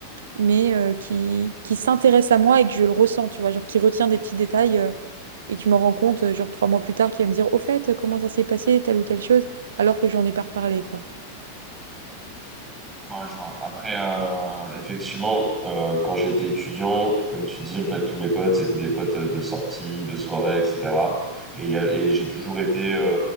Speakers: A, on the right; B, on the right.
A: mais euh, qui, qui s'intéresse à moi et que je le ressens, tu vois, genre qui retient des petits détails euh, et qui m'en rend compte, euh, genre trois mois plus tard, qui va me dire, au fait, comment ça s'est passé, telle ou telle chose, alors que j'en ai pas reparlé, quoi.
B: Ouais, je vois. Après, euh, effectivement, euh, quand j'étais étudiant, comme tu dis, en fait, tous mes potes, c'était des potes de sortie, de soirée, etc. Et, il y a- et j'ai toujours été.